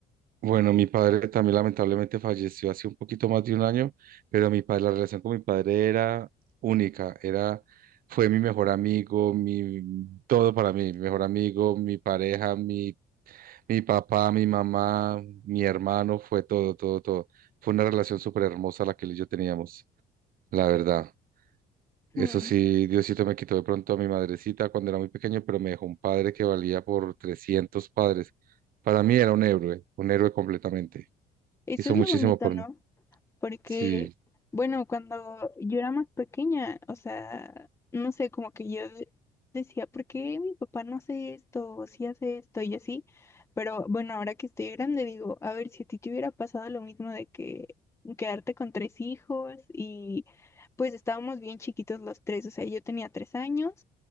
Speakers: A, on the right (about 60°); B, on the left (about 15°).
A: Bueno, mi padre también lamentablemente falleció hace un poquito más de un año, pero mi padre, la relación con mi padre era única, era, fue mi mejor amigo, mi, todo para mí, mi mejor amigo, mi pareja, mi, mi papá, mi mamá, mi hermano, fue todo, todo, todo. Fue una relación súper hermosa la que él y yo teníamos, la verdad. Eso
B: Hmm,
A: sí, Diosito me quitó de pronto a mi madrecita cuando era muy pequeño, pero me dejó un padre que valía por 300 padres. Para mí era un héroe, un héroe completamente
B: Eso
A: hizo
B: es
A: muchísimo
B: lo bonito,
A: por
B: ¿no?
A: mí.
B: Porque,
A: Sí,
B: bueno, cuando yo era más pequeña, o sea, no sé, como que yo de- decía, ¿por qué mi papá no hace esto? O sí hace esto y así. Pero bueno, ahora que estoy grande, digo, a ver, si a ti te hubiera pasado lo mismo de que quedarte con tres hijos y pues estábamos bien chiquitos los tres, o sea, yo tenía tres años